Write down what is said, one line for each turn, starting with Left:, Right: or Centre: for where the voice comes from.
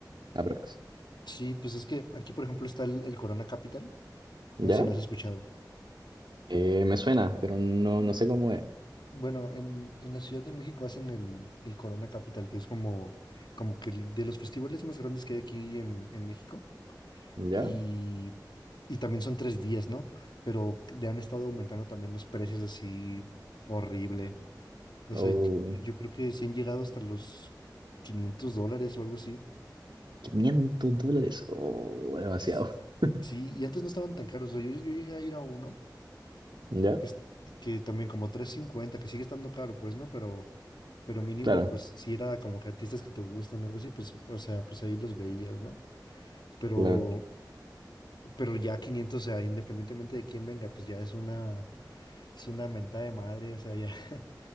Right: aprox.
Left: Sí, pues es que aquí, por ejemplo, está el, el Corona Capital.
Right: ¿Ya?
Left: No sé si lo has escuchado.
Right: Eh, me suena, pero no, no sé cómo es.
Left: Bueno, en, en la Ciudad de México hacen el, el Corona Capital, que es como, como que el de los festivales más grandes que hay aquí en, en México.
Right: ¿Ya?
Left: Y, y también son tres días, ¿no? Pero le han estado aumentando también los precios así horrible. O
Right: O
Left: sea, yo, yo creo que sí han llegado hasta los 500 dólares o algo así.
Right: quinientos dólares. o demasiado.
Left: S-
Right: <laughs>
Left: Sí, y antes no estaban tan caros. O sea, yo, yo llegué a ir a uno
Right: ¿Ya?
Left: que, es- que también como trescientos cincuenta que sigue estando caro, pues, ¿no? Pero, pero mínimo,
Right: Claro,
Left: pues, si era como que artistas que te gustan o algo así, pues, o sea, pues ahí los veías, ¿no? Pero,
Right: claro.
Left: pero ya 500 o sea, independientemente de quién venga, pues ya es una, es una mentada de madre, o sea, ya <laughs>